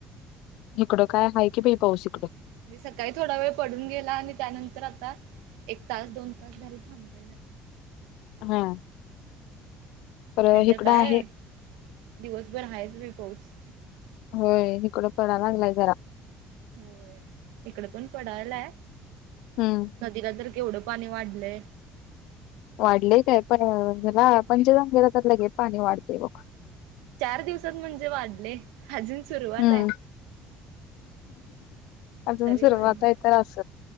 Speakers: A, on the left; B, on the right.
A: इकडं काय आहे की बाई पाऊस इकडं
B: <unintelligible> सकाळी थोडा वेळ पडून गेला आणि त्यानंतर आता एक तास दोन तास झाल थांबला. नाही झाल.
A: हा खर
B: नाहीतर
A: इकडं
B: काय
A: आहे.
B: दिवसभर हायच बाई पाऊस
A: होय इकडं पडाय लागलाय जरा
B: होय इकड पण पडायलाय
A: हम्म
B: नदीला तर केवढं पाणी वाढलय.
A: वाढलय काय पण ह्यला पंचगंगेला तर लगेच पाणी वाढतय बघ.
B: चार दिवसात म्हणजे वाढलय अजून सुरुवात
A: हम्म
B: हाय.
A: अजून सुरुवात
B: वाढले.
A: हाय तर अस